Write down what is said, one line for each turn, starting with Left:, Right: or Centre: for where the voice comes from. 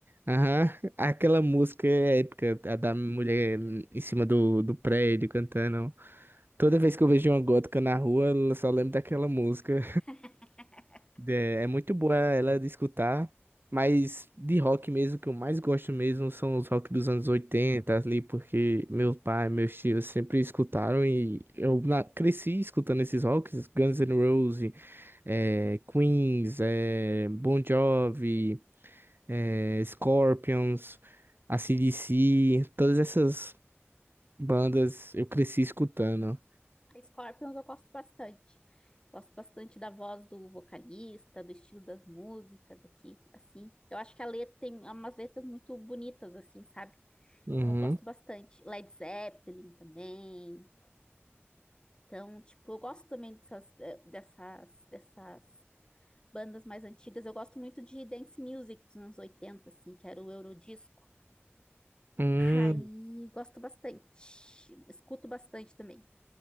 Right: aham, Aquela música épica, a da mulher em cima do, do prédio cantando. Toda vez que eu vejo uma gótica na rua, eu só lembro daquela música.
Left: <laughs>
Right: É, é muito boa ela de escutar, mas de rock mesmo, que eu mais gosto mesmo são os rock dos anos 80 ali, porque meu pai, meus tios sempre escutaram e eu na- cresci escutando esses rocks, Guns N' Roses, é Queens, é Bon Jovi, é Scorpions, AC/DC, todas essas bandas eu cresci escutando.
Left: Scorpions eu gosto bastante. Gosto bastante da voz do vocalista, do estilo das músicas aqui, assim. Eu acho que a letra tem umas letras muito bonitas, assim, sabe?
Right: Uhum.
Left: Então eu gosto bastante. Led Zeppelin também. Então, tipo, eu gosto também dessas, eh, dessas, dessas bandas mais antigas. Eu gosto muito de dance music dos anos 80, assim, que era o Eurodisco.
Right: Hum.
Left: Aí gosto bastante. Escuto bastante também.